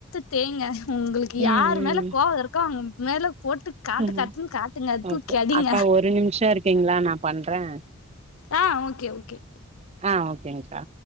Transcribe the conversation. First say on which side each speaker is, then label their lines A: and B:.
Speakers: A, on the left (about 80°); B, on the right (about 30°).
A: தேங்க உங்களுக்கு
B: ம் ம்
A: யாரு மேல கோவம் இருக்கோ அவங்க மேல போட்டு காட்டு
B: ம்
A: காட்டுன்னு காட்டுங்க தூக்கியடிங்க
B: ஓகே அக்கா ஒரு நிமிஷோ இருக்கீங்களா நா பண்றே
A: ஆஹ் ஓகே ஓகே
B: ஆஹ் ஓகேங்கா